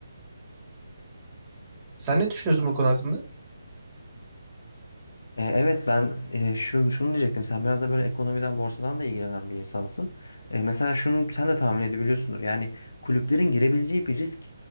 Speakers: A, on the right; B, on the left.
A: Sen ne düşünüyorsun bu konu hakkında?
B: E, Evet ben e, şu, şunu diyecektim. Sen biraz da böyle ekonomiden, borsadan da ilgilenen bir insansın. E, mesela şunu sen de tahmin edebiliyorsundur. Yani kulüplerin girebileceği bir risk